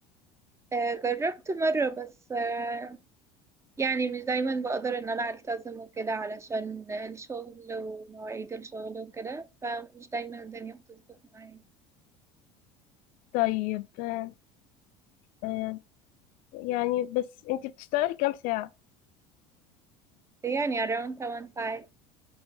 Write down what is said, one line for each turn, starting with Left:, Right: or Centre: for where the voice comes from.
Right: آه جربت مرة بس آه يعني مش دايما بقدر ان انا التزم وكده علشان الشغل ومواعيد الشغل وكده فمش دايما الدنيا بتظبط معايا
Left: طيب آه، آه، يعني بس انتي بتشتغلي كام ساعة
Right: يعني around 1.5